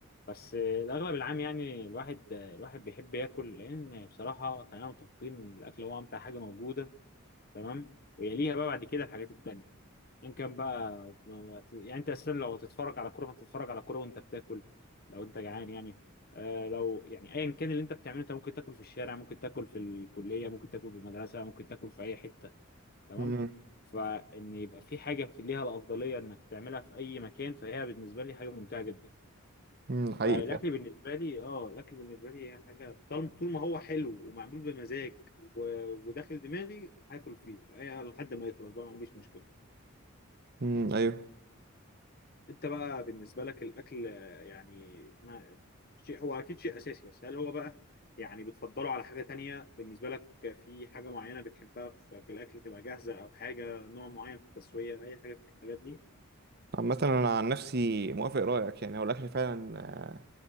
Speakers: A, on the left (about 45°); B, on the right (about 50°).
A: بس آه، الاغلب العام يعني الواحد آه، الواحد بيحب ياكل لان بصراحه خلينا متفقين ان الاكل هو امتع حاجه موجوده تمام ويليها بقى بعد كده الحاجات التانيه ان كان بقى يعني انت اساسا لو هتتفرج على كوره هتتفرج على كوره وانت بتاكل لو انت جعان يعني آه لو يعني ايا كان اللي انت بتعمله انت ممكن تاكل في الشارع ممكن تاكل في الكليه ممكن تاكل في المدرسه ممكن تاكل في اي حته تمام
B: امم
A: فان يبقى في حاجه في ليها الافضليه انك تعملها في اي مكان فهي بالنسبه لي حاجه ممتعه جدا
B: امم حقيقي
A: فالاكل بالنسبه لي اه الاكل بالنسبه لي هي حاجه طالما طول ما هو حلو ومعمول بمزاج و- وداخل دماغي هاكل فيه آه، لحد ما يخلص بقى ما عنديش مشكله
B: امم ايوه
A: انت بقى بالنسبه لك الاكل آه، يعني ما شيء هو اكيد شيء اساسي بس هل هو بقى يعني بتفضله على حاجه تانية بالنسبه لك في حاجه معينه بتحبها في في الاكل تبقى جاهزه او حاجه نوع معين في التسويه اي حاجه في الحاجات دي
B: عامة انا عن نفسي موافق رايك يعني هو الاكل فعلا آه،